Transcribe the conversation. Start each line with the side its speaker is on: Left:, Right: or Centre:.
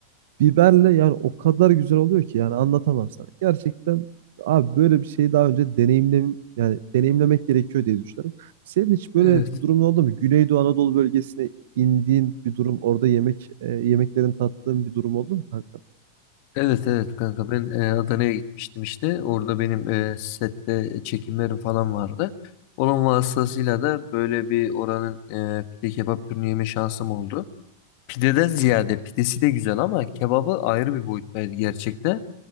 Right: Biberle yani o kadar güzel oluyor ki yani anlatamam sana. Gerçekten abi böyle bir şeyi daha önce deneyimlem yani deneyimlemek gerekiyor diye düşünüyorum. Senin hiç böyle
Left: Evet.
Right: bir durumun oldu mu? Güneydoğu Anadolu bölgesine indiğin bir durum, orada yemek e, yemeklerin tattığın bir durum oldu mu kanka?
Left: Evet evet kanka ben e, Adana'ya gitmiştim işte. Orada benim e, sette çekimlerim falan vardı. Onun vasıtasıyla da böyle bir oranın e, pide kebap türünü yeme şansım oldu. Pideden ziyade pidesi de güzel ama kebabı ayrı bir boyuttaydı gerçekten.